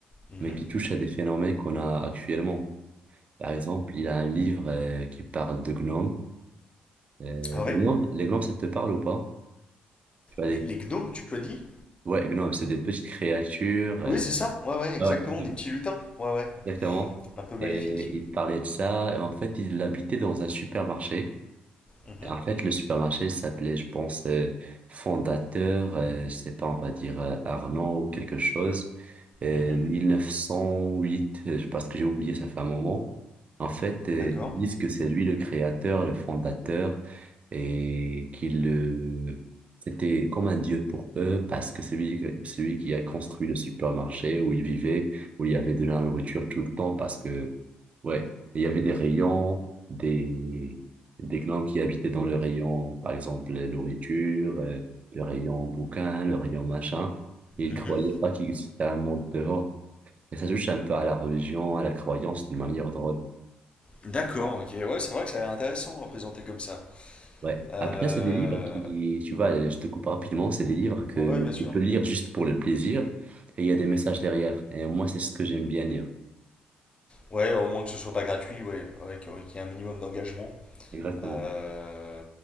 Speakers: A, on the left (about 30°); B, on the right (about 40°).
A: Mhm.
B: mais qui touchent à des phénomènes qu'on a actuellement. Par exemple, il a un livre euh, qui parle de gnomes. Euh,
A: Ah ouais?
B: les gnomes, les gnomes, ça te parle ou pas? Tu vois, les
A: Les, les gnomes, tu as dit?
B: Ouais, gnome, c'est des petites créatures. euh,
A: Oui, c'est ça. Ouais, ouais, exactement.
B: Ouais, ok.
A: Des petits lutins. Ouais, ouais.
B: exactement.
A: Un peu maléfiques.
B: Et il parlait de ça. Et en fait, il habitait dans un supermarché.
A: Mhm,
B: En fait, le supermarché il s'appelait, je pense, euh, Fondateur, euh, je sais pas, on va dire euh, Arnaud ou quelque chose, euh,
A: mhm.
B: 1908, euh, je- parce que j'ai oublié, ça fait un moment. En fait, euh,
A: D'accord.
B: ils disent que c'est lui le créateur, le fondateur, et qu'il euh, c'était comme un dieu pour eux, parce que c'est lui, c'est lui qui a construit le supermarché où ils vivaient, où il y avait de la nourriture tout le temps, parce que, ouais, il y avait des rayons, des des glands qui habitaient dans le rayon, par exemple, les nourritures, euh, le rayon bouquin, le rayon machin. Ils
A: Mhm.
B: croyaient pas qu'il existait un monde dehors. Et ça touche un peu à la religion, à la croyance d'une manière drôle.
A: D'accord, ok. Ouais, c'est vrai que ça a l'air intéressant à présenter comme ça.
B: Ouais.
A: Euh,
B: Après, c'est des livres qui, tu vois, je te coupe rapidement, c'est des livres que
A: Ouais, ouais, bien sûr.
B: tu peux lire juste pour le plaisir et il y a des messages derrière. Et moi, c'est ce que j'aime bien lire.
A: Ouais, au moins que ce soit pas gratuit, ouais. Ouais, qu'il y ait qu'il y ait un minimum d'engagement.
B: Exactement.
A: Euh,